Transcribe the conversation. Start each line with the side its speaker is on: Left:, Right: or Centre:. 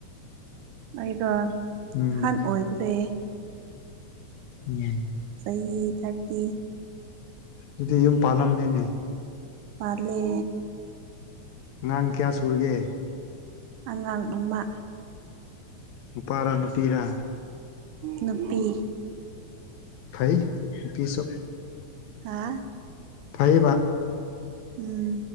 Right: ꯑꯩꯗꯣ
Left: ꯎꯝ
Right: ꯑꯍꯥꯟ ꯑꯣꯏꯕꯗꯦ꯫
Left: ꯎꯝ
Right: ꯆꯍꯤ ꯊ꯭ꯔꯥꯇꯤ꯫
Left: ꯑꯗꯨꯗꯤ ꯌꯨꯝ ꯄꯥꯜꯂꯝꯅꯤꯅꯦ꯫
Right: ꯄꯥꯜꯂꯦ꯫
Left: ꯑꯉꯥꯡ ꯀꯌꯥ ꯁꯨꯔꯒꯦ꯫
Right: ꯑꯉꯥꯡ ꯑꯃ꯫
Left: ꯅꯨꯄꯥꯔ ꯅꯨꯄꯤꯔꯥ꯫
Right: ꯅꯨꯄꯤ꯫
Left: ꯐꯩ ꯅꯨꯄꯤꯁꯨ꯫
Right: ꯍꯥ꯫
Left: ꯐꯩꯕ꯫
Right: ꯎꯝ